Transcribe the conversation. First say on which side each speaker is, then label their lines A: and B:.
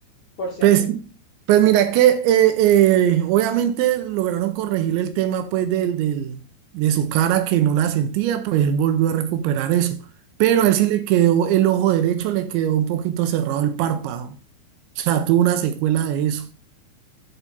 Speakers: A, on the left (about 55°); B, on the right (about 80°).
A: por siempre?
B: Pues, pues mira que eh, eh, obviamente lograron corregir el tema pues del, del- de su cara que no la sentía, pues él volvió a recuperar eso. Pero
A: Ujú.
B: a él sí le quedó el ojo derecho, le quedó un poquito cerrado el párpado. O sea, tuvo una secuela de eso.